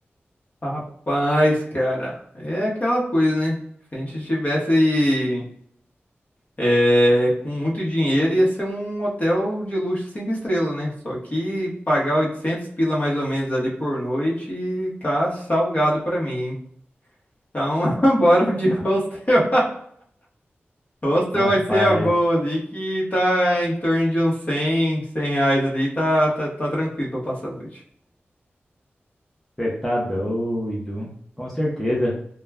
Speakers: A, on the left (about 40°); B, in the centre.
A: rapaz, cara. É aquela coisa, né? Se a gente tivesse é, com muito dinheiro, ia ser um hotel de luxo cinco estrelas, né? Só que pagar 800 pila mais ou menos ali por noite tá salgado pra mim, hein? Então, <laughs> bora de hostel. Hostel
B: Rapaz,
A: vai ser a boa ali, que tá em torno de uns 100, 100 reais ali, tá, tá, tá tranquilo pra passar a noite.
B: você tá doido. Com certeza.